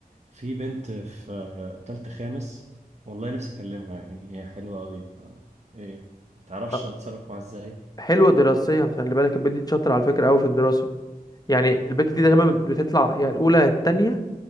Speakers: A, on the right; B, on the left.
A: في بنت في تالتة خامس والله نفسي أكلمها يعني هي حلوة أوي ف إيه متعرفش
B: أه،
A: أتصرف معاها إزاي
B: حلوه دراسيا خلي بالك البت دي شاطره على فكره قوي في الدراسه يعني البت دي
A: مم.
B: دايما بتطلع يا الاولى يا التانيه